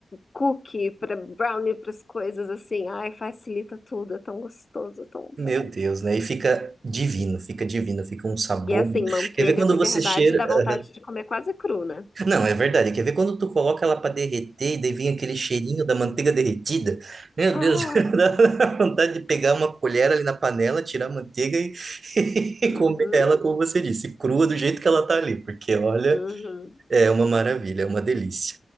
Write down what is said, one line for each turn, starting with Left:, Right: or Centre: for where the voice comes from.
Left: cookie, para brownie, para as coisas assim. Ai, facilita tudo, é tão gostoso, é tão
Right: Meu
Left: bom.
Right: Deus, né? E fica divino, fica divino, fica um sabor.
Left: E assim, manteiga
Right: Quer ver quando
Left: de
Right: você
Left: verdade
Right: cheira.
Left: dá vontade
Right: ah,
Left: de comer quase cru, né?
Right: Não, é verdade. Quer ver quando tu coloca ela para derreter e daí vem aquele cheirinho da manteiga derretida? Meu
Left: Ah,
Right: Deus, <laughs> dá vontade de pegar uma colher ali na panela, tirar a manteiga e, <laughs> e
Left: uhum,
Right: comer ela, como você disse, crua do jeito que ela tá ali, porque olha.
Left: uhum.
Right: É uma maravilha, é uma delícia.